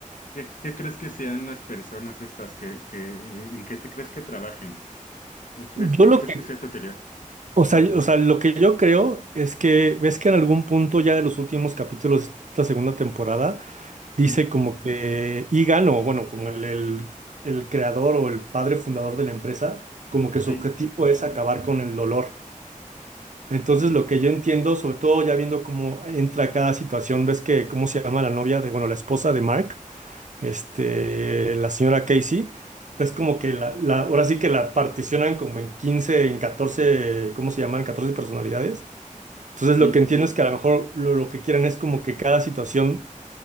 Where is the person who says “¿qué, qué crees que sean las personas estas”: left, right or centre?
Left